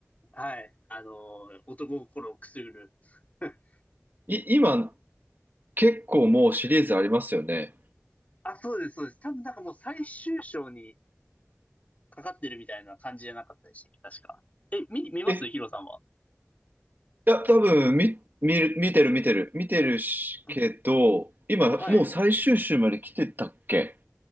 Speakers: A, on the left; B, on the right.
A: はい。あの、男心をくすぐる。<laughs>
B: い、今、結構もうシリーズありますよね。
A: あ、そうです、そうです。多分なんかもう最終章にかかってるみたいな感じじゃなかったでしたっけ、確か。え、見、見ますヒロさんは。
B: え、いや、多分、み、見る、見てる見てる、見てるし、
A: うん
B: けど、今、
A: はい。
B: もう最終週まで来てたっけ